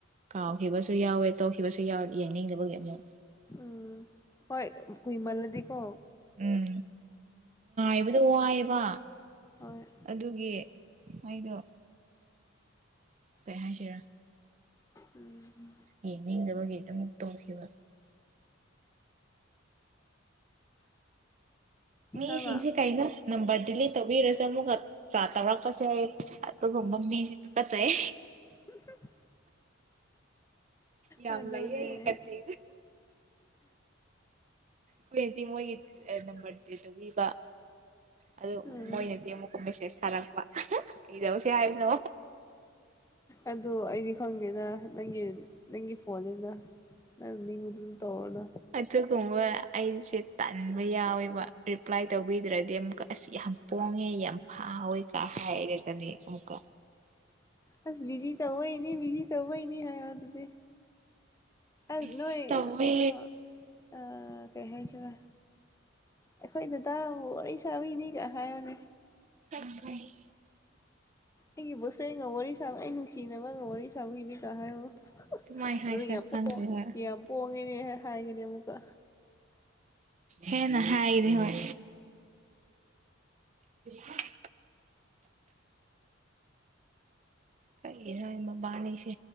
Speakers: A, on the right (about 35°); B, on the left (about 15°).
A: ꯀꯥꯎꯈꯤꯕꯁꯨ ꯌꯥꯎꯋꯦ ꯇꯧꯈꯤꯕꯁꯨ ꯌꯥꯎ ꯌꯥꯡꯅꯤꯡꯗꯕꯒꯤ ꯑꯃꯨꯛ
B: ꯎꯝ ꯍꯣꯏ ꯀꯨꯏꯃꯜ ꯅꯗꯤ ꯀꯣ
A: ꯎꯝ ꯏꯕ ꯑꯗꯨꯣ ꯋꯥꯏꯑꯕ
B: ꯍꯣꯏ
A: ꯑꯗꯨꯒꯤ ꯑꯩꯗꯣ ꯀꯩ ꯍꯥꯏꯁꯤꯦꯔꯥ
B: ꯎꯝ
A: ꯌꯦꯡꯅꯤꯡꯗꯅꯕꯒꯤꯗꯃꯛ ꯇꯧꯈꯤꯕ ꯃꯤꯁꯤꯡꯁꯤꯦ
B: ꯇꯥꯕ꯭ꯔꯥ
A: ꯀꯩꯅꯣ ꯅꯝꯕꯔ ꯗꯤꯂꯤꯠ ꯇꯧꯕꯤꯔꯁꯨ ꯑꯃꯨꯛꯀ ꯆꯥꯇ ꯇꯧꯔꯛꯄꯁꯦ ꯑꯗꯨꯒꯨꯝꯕ ꯃꯤꯁꯤ ꯇꯨꯀꯆꯩ
B: ꯍ <unintelligible>
A: ꯌꯥꯝ
B: ꯑꯗꯨꯅꯦ
A: ꯂꯩꯌꯦ ꯑꯩ ꯀꯠꯇꯦ ꯀꯨꯏꯗꯤ ꯃꯣꯏꯒꯤ ꯅꯝꯕꯔꯗꯦ ꯇꯧꯕꯤꯕ ꯑꯗꯨ
B: ꯎꯝ
A: ꯃꯣꯏꯅꯗꯤ ꯑꯃꯨꯛꯀ ꯃꯦꯁꯦꯖ ꯊꯥꯔꯛꯄ ꯀꯩꯗꯧꯁꯦ ꯍꯥꯏꯕꯅꯣ
B: ꯑꯗꯨ ꯑꯩꯗꯤ ꯈꯪꯗꯦꯅ ꯅꯪꯒꯤ ꯅꯪꯒꯤ ꯐꯣꯟꯅꯤꯅ ꯅꯪ ꯅꯤꯡꯕꯗꯨ ꯇꯧꯔꯣꯅ
A: ꯑꯗꯨꯒꯨꯝꯕ ꯑꯩꯁꯦ ꯇꯟꯕ ꯌꯥꯎꯋꯦꯕ ꯔꯤꯄ꯭ꯂꯥꯏ ꯇꯧꯕꯤꯗ꯭ꯔꯗꯤ ꯑꯃꯨꯛꯀ ꯑꯁ ꯌꯥꯝ ꯄꯣꯡꯉꯦ ꯌꯥꯝ ꯐꯥꯋꯦꯀꯥ ꯍꯥꯏꯔꯒꯅꯦ ꯑꯃꯨꯛꯀ
B: ꯑꯁ ꯕꯤꯖꯤ ꯇꯧꯕꯩꯅꯤ ꯕꯤꯖꯤ ꯇꯧꯕꯩꯅꯤ ꯍꯥꯏꯑꯣ ꯑꯗꯨꯗꯤ ꯑ
A: ꯕꯤꯖꯤꯁꯨ
B: ꯅꯣꯏ
A: ꯇꯧꯋꯦ
B: ꯀꯩꯅꯣ ꯑ ꯀꯩ ꯍꯥꯏꯁꯤꯔ ꯑꯩꯈꯣꯏꯗꯗꯥ ꯋꯥꯔꯤ ꯁꯥꯕꯤꯅꯤꯒ ꯍꯥꯏꯌꯣꯅꯦ
A: ꯀꯅꯤ <inaudible>
B: ꯑꯩꯒꯤ ꯕꯣꯏ ꯐ꯭ꯔꯦꯟꯒ ꯋꯥꯔꯤ ꯁꯥꯕ ꯑꯩ ꯅꯨꯡꯁꯤꯅꯕꯒ ꯋꯥꯔꯤ ꯁꯥꯕꯒꯤꯅꯦ ꯀ ꯍꯥꯏꯌꯣ
A: ꯇꯨꯃꯥꯏ ꯍꯥꯏꯁꯤꯔ
B: ꯑꯗꯨ ꯌꯥꯝ
A: ꯈꯪꯔ
B: ꯄꯣꯡ
A: <inaudible>
B: ꯌꯥꯝ ꯄꯣꯡꯉꯦꯅꯦ ꯍꯥꯏꯒꯅꯤ ꯑꯃꯨꯛꯀ
A: ꯍꯦꯅ ꯍꯥꯏꯔꯤ ꯍꯣꯏ ꯍ <inaudible> ꯀꯔꯤꯒꯤꯅ ꯃꯕꯥꯅꯤꯁꯦ